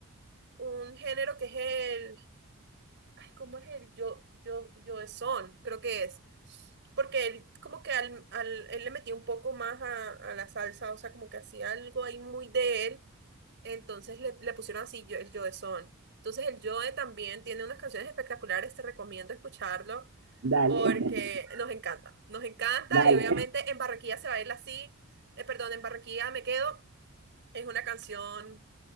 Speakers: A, on the right; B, on the right.
A: un género que es Ay, ¿cómo es el yo, yo, yo es son? Creo que es. Porque él como que al, al, él le metía un poco más a, a la salsa, o sea, como que hacía algo ahí muy de él. Entonces le, le pusieron así yo, el Joe son. Entonces el Joe también tiene unas canciones espectaculares, te recomiendo escucharlo
B: dale,
A: porque
B: <laughs>
A: nos encanta. Nos encanta
B: dale,
A: y obviamente en Barranquilla se baila así. Eh, perdón, en Barranquilla me quedo. Es una canción